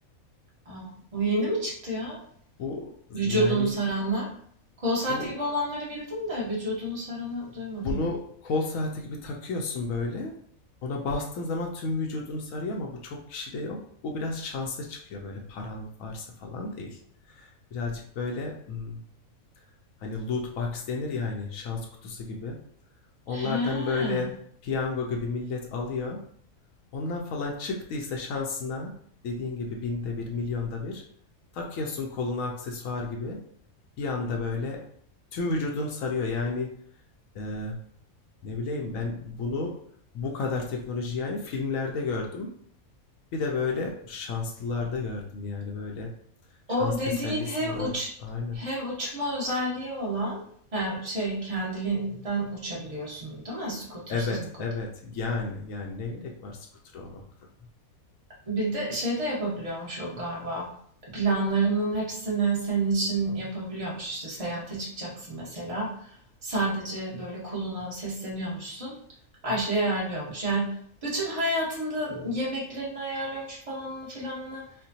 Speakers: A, on the right; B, on the left.
A: Aa, o yeni mi çıktı ya?
B: Bu
A: Vücudunu
B: yani
A: saranlar. Kol saati
B: bu
A: gibi olanları bildim de vücudunu saranı duymadım.
B: Bunu kol saati gibi takıyorsun böyle. Ona bastığın zaman tüm vücudunu sarıyor ama bu çok kişide yok. Bu biraz şansa çıkıyor böyle paran varsa falan değil. Birazcık böyle ım, hani loot box denir ya hani şans kutusu gibi. Onlardan
A: He.
B: böyle piyango gibi millet alıyor. Ondan falan çıktıysa şansına dediğin gibi binde bir, milyonda bir takıyorsun koluna aksesuar gibi. Bir anda böyle tüm vücudunu sarıyor. Yani e, ne bileyim ben bunu bu kadar teknoloji yani filmlerde gördüm. Bir de böyle şanslılarda gördüm yani böyle şans
A: O dediğin
B: tesellisi
A: hem
B: vuran.
A: uç
B: Aynen.
A: hem uçma özelliği olan he, şey kendiliğinden uçabiliyorsun değil mi? Scooter'sız
B: Evet,
A: mı
B: evet. Yani yani ne gerek var skutura o noktada?
A: Bir de şey de yapabiliyormuş o galiba. Planlarının hepsini senin için yapabiliyormuş. İşte seyahate çıkacaksın mesela. Sadece böyle koluna sesleniyormuşsun. Her şeyi ayarlıyormuş. Yani bütün hayatında yemeklerini ayarlıyormuş falanını filanını.